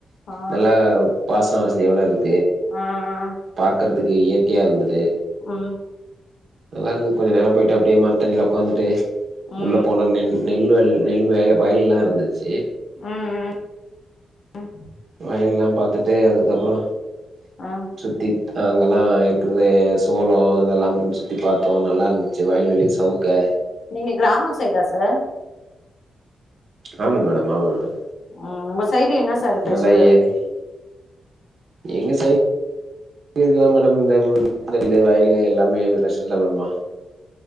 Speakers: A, on the left (about 55°); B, on the right (about 50°).
A: ஆ
B: நல்லா பாசம் வஸ் எவ்ளோ இருக்கு
A: ஆ ஆ
B: பாக்குறதுக்கு இயற்கையா இருந்துது
A: ம்
B: அதல்லா இருந்துது கொஞ்ச நேரம் போயிட்டு அப்படியே மரத்தடியில உடக்காந்துட்டு
A: ம்
B: உள்ள போனா நின் நெல் வல் நெல் வெ வயல்லா இருந்துச்சு
A: ம் ம் ம்
B: வயல் லா பாத்துட்டு அதுக்கப்றோ
A: ஆ
B: சுத்தி அங்கெல்லா இருக்றது சோளோ இதெல்லா பு சுத்தி பாத்தோ நல்லா இருந்துச்சி வயல்வெளி சவுக்க
A: நீங்க கிராம சைடா சார்
B: ஆமா மேடம் ஆமா மேடம்
A: ம் உங்க சைடு என்ன சார் ஸ்பெஷலு
B: நல்லா இயற் எங்க சைடு இதுதா மேடம் இந்த நெல்லு வயலு எல்லாமே பெஸல்தா மேமா